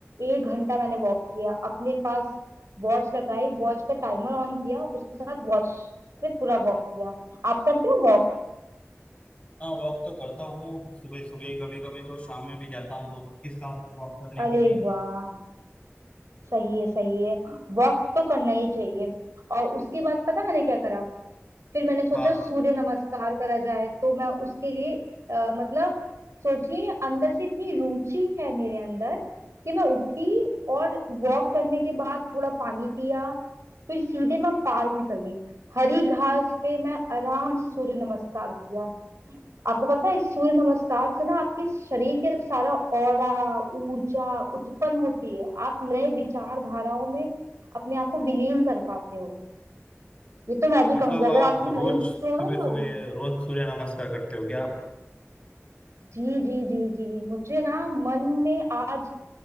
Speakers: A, on the right; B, on the left.
A: एक घंटा मैंने वॉक किया अपने पास वॉच लगाई वॉच का टाइमर ऑन किया उसके साथ वॉच से पूरा वॉक किया आप करते हो वॉक
B: हाँ वॉक तो करता हूँ सुबह सुबह कभी कभी तो शाम में भी जाता हूँ दोस्त के साथ वॉक करने
A: अरे
B: के लिए
A: वाह सही है सही है वॉक तो करना ही चाहिए और उसके बाद पता मैंने क्या करा फिर मैंने सोचा
B: हाँ
A: सूर्य नमस्कार करा जाए तो मैं उसके लिए अ, मतलब सोचिए अंदर से इतनी रुचि है मेरे अंदर कि मैं उठी और वॉक करने के बाद थोड़ा पानी पिया फिर सीधे मैं पार्क निकल गई हरी घास पे मैं आराम से सूर्य नमस्कार किया आपको पता है इस सूर्य नमस्कार से ना आपके शरीर के सारा ऑरा ऊर्जा उत्पन्न होती है आप नए विचारधाराओं में अपने आप को विलीन कर पाते हो ये तो मैं भी
B: मतलब
A: कहूंगी
B: आप
A: अगर आपकी
B: रोज
A: नहीं
B: सुबह
A: हो ना ये हॉबी
B: सुबह रोज सूर्य नमस्कार करते हो क्या आप
A: जी जी जी जी मुझे ना मन में आज